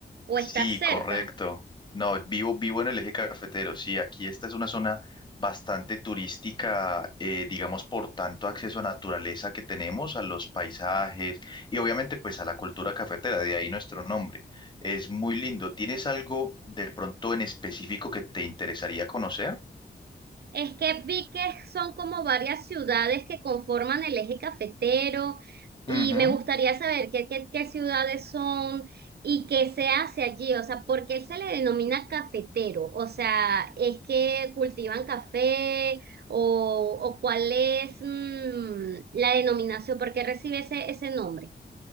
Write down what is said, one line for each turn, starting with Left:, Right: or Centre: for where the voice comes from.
Right: ¿O
Left: Sí,
Right: estás cerca?
Left: correcto. No, vivo, vivo en el eje cafetero. Sí, aquí esta es una zona bastante turística, eh, digamos, por tanto acceso a naturaleza que tenemos, a los paisajes y obviamente pues a la cultura cafetera, de ahí nuestro nombre. Es muy lindo. ¿Tienes algo de pronto en específico que te interesaría conocer?
Right: Es que vi que son como varias ciudades que conforman el eje cafetero y
Left: Ujú,
Right: me gustaría saber qué, qué, qué ciudades son y qué se hace allí, o sea, ¿por qué se le denomina cafetero? O sea, ¿es que cultivan café o, o cuál es mm, la denominación? ¿Por qué recibe ese, ese nombre?